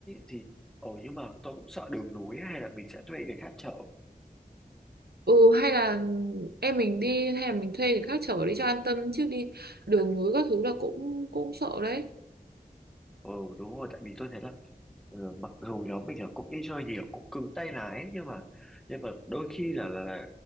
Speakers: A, in the centre; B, on the right (about 90°).
A: thì ờ nhưng mà tôi cũng sợ đường núi hay là mình sẽ thuê người khác chở
B: Ừ, hay là em mình đi, hay là mình thuê người khác chở đi cho an tâm chứ đi đường núi các thứ là cũng cũng sợ đấy.
A: ờ đúng rồi tại vì tôi thấy là ờ, mặc dù nhóm mình là cũng đi chơi nhiều cũng cứng tay lái nhưng mà nhưng mà đôi khi là là, là